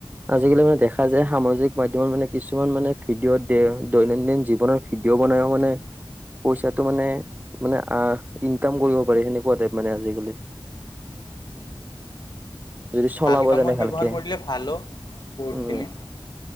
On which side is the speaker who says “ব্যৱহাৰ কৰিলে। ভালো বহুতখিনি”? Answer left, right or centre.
Left